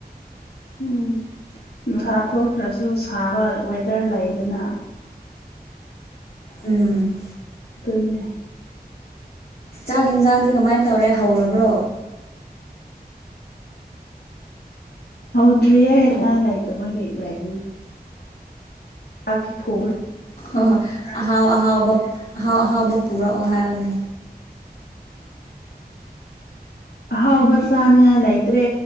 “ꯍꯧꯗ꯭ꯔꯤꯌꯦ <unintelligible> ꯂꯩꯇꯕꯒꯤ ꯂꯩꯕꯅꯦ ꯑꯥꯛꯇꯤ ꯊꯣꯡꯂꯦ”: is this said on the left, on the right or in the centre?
Left